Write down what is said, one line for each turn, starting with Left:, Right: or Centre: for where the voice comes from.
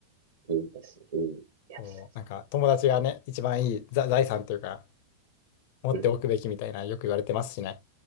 Right: いいですね。いいやつです。
Left: そう、なんか友達がね、一番いいざ財産というか、持っておくべきみたいなよく言われてますしね。
Right: うん。